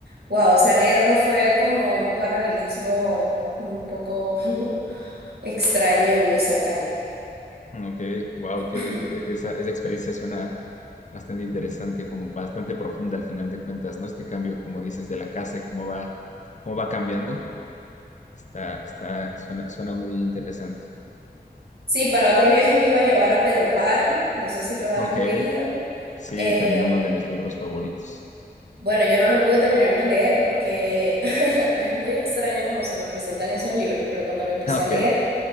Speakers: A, on the right; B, on the left.
A: wow, o sea, leerlo fue como un paralelismo un poco <laughs> extraño y muy cercano.
B: mm, ok, wow,
A: <clears throat>
B: que e- esa, esa experiencia suena bastante interesante, como bastante profunda al final de cuentas, ¿no? Este cambio, como dices, de la casa y cómo va, cómo va cambiando, está, está, suena, suena muy interesante.
A: Sí, para otro viaje me iba a llevar a Pedro Páramo, no sé si lo has
B: Ok,
A: leído.
B: sí,
A: Eh,
B: también uno de mis libros favoritos.
A: bueno, yo no lo pude terminar de leer porque <laughs> es muy extraño cómo se me presentan esos libros, pero cuando lo empecé
B: Ah,
A: a
B: Ok,
A: leer,